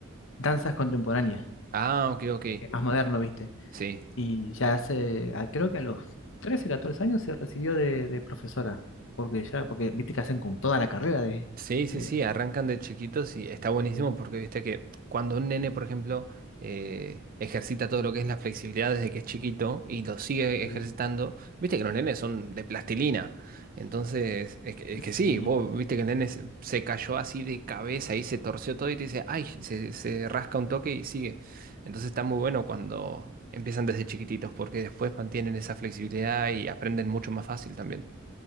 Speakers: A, on the left (about 65°); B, on the right (about 45°).
A: danzas contemporáneas,
B: Ah, ok, ok.
A: que es más moderno, ¿viste?
B: Sí.
A: Y ya hace, a- creo que a los 13 14 años se recibió de, de profesora, porque ya, porque viste que hacen con toda la carrera de,
B: Sí, sí,
A: de,
B: sí, arrancan de chiquitos y está buenísimo
A: de-
B: porque viste que cuando un nene, por ejemplo, eh, ejercita todo lo que es la flexibilidad desde que es chiquito y lo sigue
A: de-
B: ejercitando, viste que los nenes son de plastilina. Entonces, es que, es
A: sí.
B: que sí, vos viste que el nene se se cayó así de cabeza y se torció todo y te dice, ay, se, se rasca un toque y sigue. Entonces está muy bueno cuando empiezan desde chiquititos porque después mantienen esa flexibilidad y aprenden mucho más fácil también.